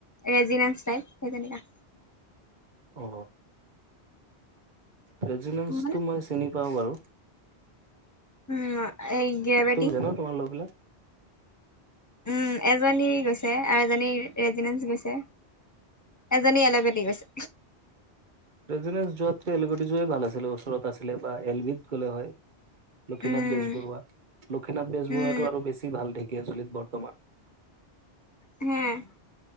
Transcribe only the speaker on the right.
অ ৰেজিনেঞ্চটো
মই চিনি পাও বাৰু
তোক জানো তোমাৰ লগবিলাক
ৰেজনেঞ্চ যোৱাতকে এলগেদি যোৱাই ভাল আছিলে ওচৰত আছিলে বা এল বিত গ'লে হয় লক্ষ্মীনাথ
বেজবৰুৱা লক্ষ্মীনাথ বেজবৰুৱাটো
আৰু বেছি ভাল ঢেকীয়াজুলিত বৰ্তমান